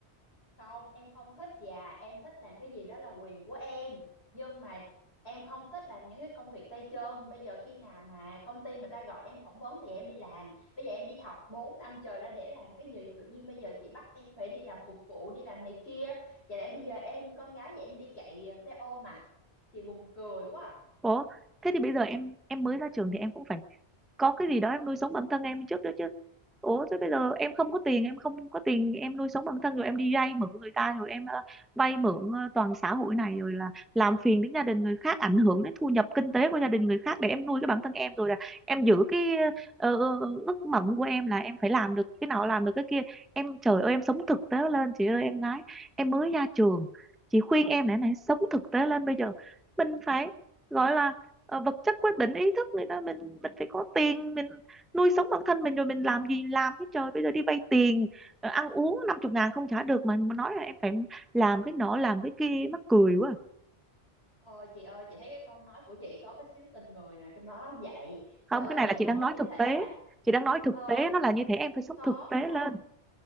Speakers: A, on the left (about 65°); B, in the centre.
A: không em không thích chị à em thích làm cái gì đó là quyền của em nhưng mà em không thích làm những cái công việc tay chân bây giờ khi nào mà công ty người ta gọi em phỏng vấn thì em đi làm bây giờ em đi học 4 năm chờ ra để làm cái gì tự nhiên bây giờ chị bắt em phải đi làm phục vụ đi làm này kia chả lẽ bây giờ em con gái vậy em đi chạy ờ, xe ôm mà chị buồn cười quá à.
B: Ủa, thế thì bây giờ em em mới ra trường thì em cũng phải có cái gì đó em nuôi sống bản thân em trước đó chứ. Ủa, thế bây giờ em không có tiền, em không có tiền, em nuôi sống bản thân rồi em đi vay mượn người ta rồi em ờ, vay mượn ờ, toàn xã hội này rồi là làm phiền đến gia đình người khác, ảnh hưởng đến thu nhập kinh tế của gia đình người khác để em nuôi cái bản thân em rồi là em giữ cái ờ, ờ, ờ, ước mộng của em là em phải làm được cái nào làm được cái kia. Em trời ơi em sống thực tế lên chị ơi em gái, em mới ra trường. Chị khuyên em này này sống thực tế lên bây giờ. Mình phải gọi là ờ, vật chất quyết định ý thức người ta mình mình phải có tiền mình nuôi sống bản thân mình rồi mình làm gì làm chứ trời bây giờ đi vay tiền ờ, ăn uống năm chục ngàn không trả được mà mà nói là em phải làm cái nọ làm cái kia mắc cười quá
A: Ờ chị ơi chị thấy cái câu nói của chị có cái xíu tình người nào trong đó không vậy
B: không
A: trời ơi
B: cái này
A: chị
B: là
A: nói
B: chị đang nói
A: như
B: thực
A: thế
B: tế
A: là
B: chị đang nói thực
A: ờ,
B: tế nó là như thế em phải sống
A: khó
B: thực tế
A: khăn
B: lên